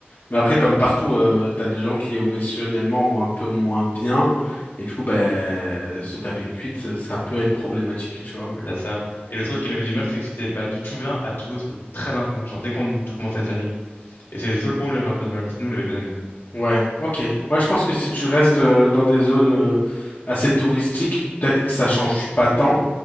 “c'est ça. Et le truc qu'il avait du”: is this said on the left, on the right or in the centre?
Left